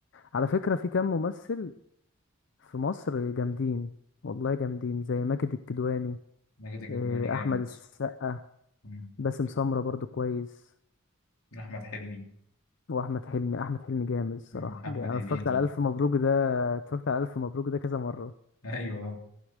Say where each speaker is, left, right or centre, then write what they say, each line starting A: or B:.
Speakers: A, on the left (about 55°); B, on the left (about 90°).
A: على فكره في كام ممثل في مصر جامدين والله جامدين زي ماجد الكدواني
B: ماجد الكدواني
A: آه،
B: جامد
A: احمد السقا
B: مم.
A: باسم سمره برضه كويس
B: أحمد حلمي
A: واحمد حلمي احمد حلمي جامد الصراحه
B: مم. محمد
A: جا- انا
B: هنيدي
A: اتفرجت على الف مبروك ده اتفرجت على الف مبروك ده كذا مره
B: <laughs> أيوة